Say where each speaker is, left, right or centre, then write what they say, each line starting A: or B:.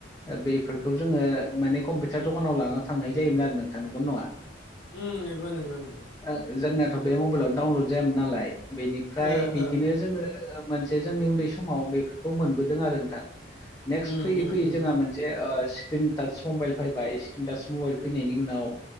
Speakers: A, on the left (about 15°); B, on the left (about 85°).
A: ओ बेफोरखौ जोङो माने कम्पिउटार दखानाव लाना थांनाय जायोमोन आरो नोंथां नंगौना नङा?
B: उम नोंगौ नोंगौ
A: ओ जोंनायाथ' बे मबाइलाव डाउनलड जायामोन नालाय बेनिफ्राय
B: ओ
A: बिदिनो
B: ओ
A: जोङो ओ मोनसे जोंनि उन्दै समाव बेफोरखौ मोनबोदों आरो नोंथां नेक्सट
B: उम
A: फैयै
B: उम
A: फैयै
B: उम
A: जोंहा मोन मोनसे ओ स्क्रिन टाच मबाइल फैबाय स्क्रिन टच मबाइल फैनायनि उनाव